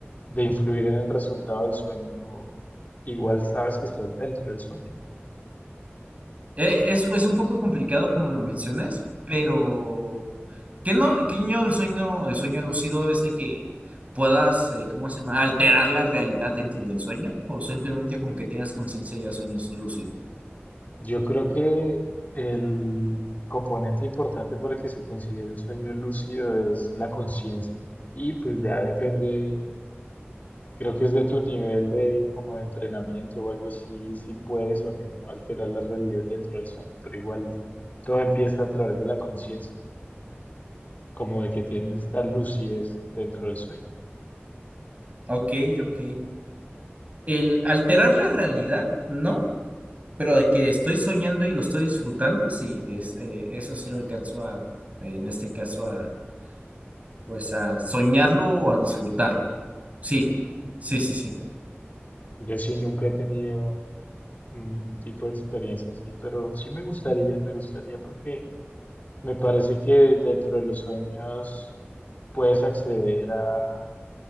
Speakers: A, on the left; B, on the right.
A: de influir en el resultado del sueño, igual sabes que estás dentro del sueño.
B: Eh, Es, es un poco complicado como lo mencionas, pero que no, que yo el sueño, el sueño lúcido es de que puedas, eh, ¿cómo se llama? Alterar la realidad dentro del sueño o simplemente con que tengas conciencia ya sueños lúcido.
A: Yo creo que el componente importante para que se considere un sueño lúcido es la conciencia. Y pues ya depende, creo que es de tu nivel de como de entrenamiento o algo así, si puedes o no alterar la realidad dentro del sueño, pero igual todo empieza a través de la conciencia, como de que tienes esta lucidez dentro del sueño.
B: Ok, ok. El alterar la realidad, no, pero de que estoy soñando y lo estoy disfrutando, sí, es, eh, eso sí lo alcanzo a, eh, en este caso, a, pues a soñarlo o a disfrutarlo. Sí, sí, sí, sí.
A: Yo sí nunca he tenido un tipo de experiencia así, pero sí me gustaría, me gustaría porque me parece que dentro de los sueños puedes acceder a